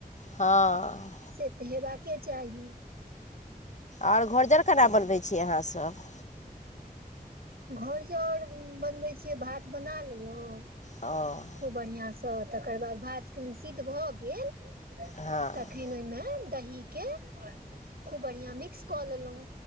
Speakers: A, on the left; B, on the right.
A: हँ
B: से तऽ हेबाके चाही
A: आओर घोरजौर केना बनबै छियै अहाँसभ
B: घरजौर बनबै छियै भात बना लेलहुँ
A: हँ
B: खूब बढ़ियाँसँ तकर बाद भात कहन सिद्ध भऽ गेल
A: हँ
B: तखन ओहिमे दहीके खूब बढ़ियाँ मिक्स कऽ लेलहुँ